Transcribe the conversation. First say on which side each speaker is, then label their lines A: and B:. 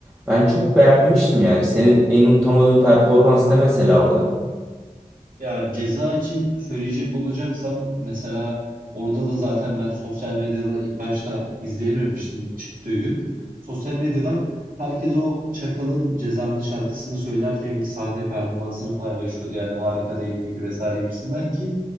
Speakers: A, on the right; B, on the right.
A: Ben çok beğenmiştim yani. Senin en unutamadığın performans ne mesela orada?
B: Ya ceza için söyleyecek olacaksam mesela orada da zaten ben sosyal medyada ilk başta izleyememiştim ilk çıktığı gün. Sosyal medyadan herkes o Çakal'ın Ceza'nın şarkısını söylerkenki sahne performansını paylaşıyordu. Yani harika değil miydi vesaire gibisinden ki